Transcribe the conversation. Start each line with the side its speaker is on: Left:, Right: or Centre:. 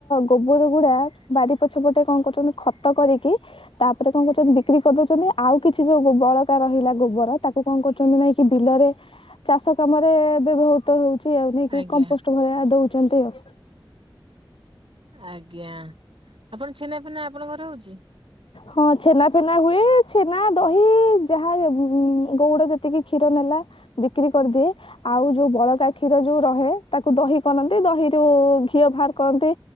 Left: ଗୋବର ଗୁଡା ବାରି ପଛପଟେ କଣ କରୁଛନ୍ତି ଖତ କରିକି ତାପରେ କଣ କରୁଛନ୍ତି ବିକ୍ରି କରିଦଉଛନ୍ତି ଆଉ କିଛି ଯୋଉ ବଳକା ରହିଲା ଗୋବର ତାକୁ କଣ କରୁଛନ୍ତି ନାଇଁ କି ବିଲରେ ଚାଷ କାମରେ ବ୍ୟବହୃତ ହଉଛି ଆଉ ନେଇ କି
Right: ଆଜ୍ଞା
Left: କମ୍ପୋଷ୍ଟ ଭଳିଆ ଦଉଛନ୍ତି ଆଉ।
Right: ଆଜ୍ଞା ଆପଣ ଛେନା ଫେନା ଆପଣଙ୍କର ହଉଛି।
Left: ହଁ ଛେନା ଫେନା ହୁଏ ଛେନା ଦହି ଯାହା ଗଉଡ ଯେତିକି କ୍ଷୀର ନେଲା। ବିକ୍ରି କରିଦିଏ। ଆଉ ଯୋଉ ବଳକା କ୍ଷୀର ଯୋଉ ରହେ ତାକୁ ଦହି କରନ୍ତି ଦହିରୁ ଘିଅ ବାହାର କରନ୍ତି।